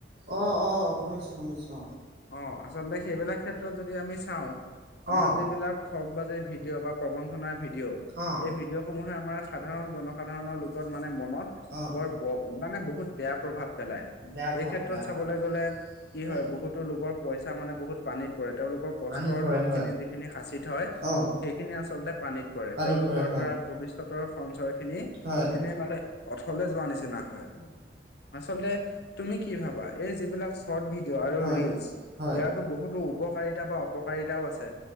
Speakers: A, on the right; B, on the left.
A: অ' আহ শুনিছো শুনিছো
B: অ' আচলতে সেইবিলাক ক্ষেত্ৰত যদি আমি চাওঁ। আমাৰ
A: অ',
B: যিবিলাক ঠগ বাজি ভিডিঅ' বা প্ৰবঞ্চনাৰ ভিডিঅ'।
A: অ', অ',
B: এই ভিডিঅ' সমূহে আমাৰ সাধাৰণ- জনসাধাৰণৰ লোকত মানে মনত
A: অ',
B: বৰ ব! মানে বহুত বেয়া প্ৰভাৱ পেলাই,
A: বেয়া প্ৰভাৱ
B: এই ক্ষেত্ৰত
A: পেলাই
B: চাবলৈ
A: হয়,
B: গলে কি হয়
A: উম,
B: বহুত। তেওঁলোকৰ পইচা মানে বহুত পানীত পৰে, তেওঁলোকৰ কষ্টৰ
A: পানীত পৰে
B: ধন
A: হয়,
B: খিনি যিখিনি শাঁচি থয়।
A: অ',
B: সেইখিনি আচল্ততে পানীত পৰে,
A: পানীত
B: তেওঁলোকৰ
A: হয়,
B: ধৰা ভৱিষ্যতৰ সঞ্চয় খিনি।
A: হয়,
B: এনে মানে অথলে যোৱা নিচিনা হয়। আচলতে তুমি কি ভাবা, এই যিবিলাক চৰ্ট ভিডিঅ' আৰু।
A: হয়,
B: ইয়াৰো
A: হয়,
B: বহুতো উপকাৰিতা বা, অপকাৰিতাও আছে